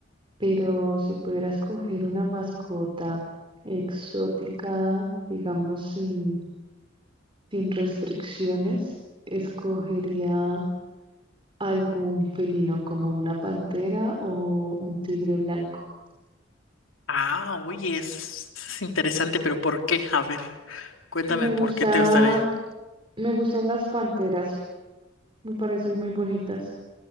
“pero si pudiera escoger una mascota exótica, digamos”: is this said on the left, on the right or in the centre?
Right